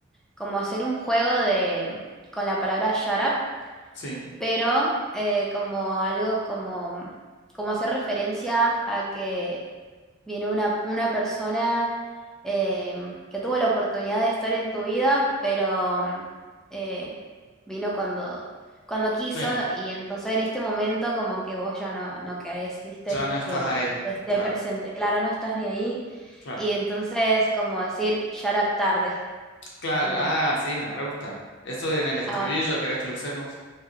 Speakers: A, in the centre; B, on the left (about 60°).
A: Como hacer un juego de con la palabra shut up,
B: sí.
A: pero eh, como algo como como hacer referencia a que Viene una, una persona eh, que tuvo la oportunidad de estar en tu vida, pero mm, eh, vino cuando, cuando quiso
B: Sí.
A: y entonces en este momento como que vos ya no, no querés, ¿viste?
B: Ya no estás
A: Que
B: ahí.
A: esté
B: Claro,
A: presente. Claro, no estás ni ahí.
B: claro.
A: Y entonces como decir, shut up tarde.
B: Claro,
A: Como,
B: ah, sí, me re gusta. Eso en el estribillo,
A: ah,
B: ¿querés que lo usemos?